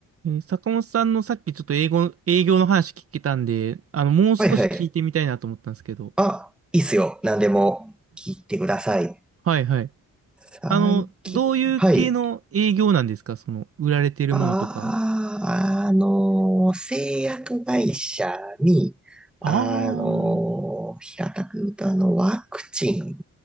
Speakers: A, on the right (about 40°); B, in the centre.
A: えー坂本さんのさっきちょっと英語、営業の話聞けたんで、あの、もう少し聞いてみたいなと思ったんですけど。
B: はいはい。あ、いいっすよ。何でも聞いてください。
A: はいはい。
B: 最近、
A: あの、どういう系の営業なんですかその、
B: はい。
A: 売られてるものとか。
B: あああのー製薬会社に、あのー平たく言うとあの、
A: ああ、
B: ワクチン